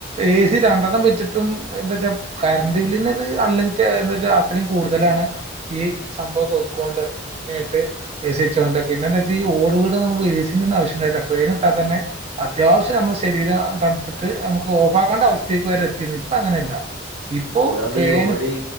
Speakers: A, on the right; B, on the right.
A: എ സി രണ്ടെ വെച്ചിട്ടും എന്താച്ചാ കറണ്ട് ബില്ലിനത് അൺലിമിറ്റഡ് എന്താച്ചാ അത്രയും കൂടുതലാണ് ഈ സംഭവവൊക്കെ വെക്കോണ്ട് മെയിനായിട്ട് എ സി വച്ചുകൊണ്ട് പിന്നെന്താ വെച്ചാ ഈ ഓട് വീട് നമ്മള് എ സി ന്റെ ഒന്നും ആവശ്യമുണ്ടായില്ല ഫേൻ ഇട്ടാൽ തന്നെ അത്യാവശം നമ്മുടെ ശരീരം തണുത്തിട്ട് നമുക്ക് ഓഫാ ക്കേണ്ട അവസ്ഥ യിലേക്ക് വരെ എത്തിയിരുന്നു ഇപ്പൊ അങ്ങനെയല്ല ഇപ്പോ
B: ഒന്നാമതെ
A: ഫാന്
B: ഈ ഓട്